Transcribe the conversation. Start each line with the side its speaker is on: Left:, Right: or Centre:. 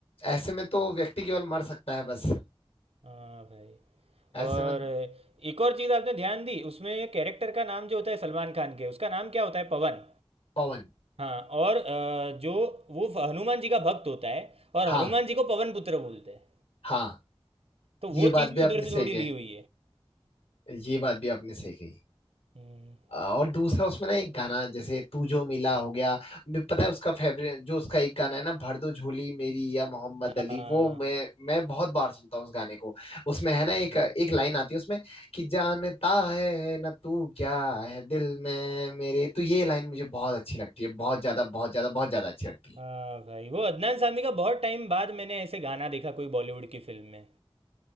Left: ऐसे में तो व्यक्ति केवल मर सकता है बस
Right: हाँ भाई
Left: ऐसे
Right: और
Left: में
Right: एक और चीज़ आपने ध्यान दी उसमें कैरेक्टर का नाम जो होता है सलमान खान के उसका नाम क्या होता है पवन
Left: पवन
Right: हाँ और अ, जो वो फ- हनुमान जी का भक्त होता है और
Left: हाँ
Right: हनुमान जी को पवन पुत्र बोलते हैं
Left: हाँ
Right: तो
Left: ये
Right: वो
Left: बात
Right: चीज़ भी
Left: भी आपने
Right: उधर से
Left: सही
Right: थोड़ी ली
Left: कही
Right: हुई है
Left: ये बात भी आपने सही कही
Right: हम्म,
Left: और दूसरा उसमें ना एक गाना जैसे तू जो मिला हो गया मैं- पता है उसका फेवरेट जो उसका एक गाना है ना भर दो झोली मेरी या मोहम्मद
Right: हाँ
Left: अली वो मैं मैं बहुत बार सुनता हूँ उस गाने को उसमें
Right: हाँ
Left: है ना एक एक लाइन आती है उसमें कि जानता है ना तू क्या है दिल में मेरे तो ये लाइन मुझे बहुत अच्छी लगती है बहुत ज्यादा बहुत ज्यादा बहुत ज्यादा अच्छी लगती है
Right: हाँ भाई वो अदनान सामी का बहुत टाइम बाद मैंने ऐसे गाना देखा कोई बॉलीवुड की फिल्म में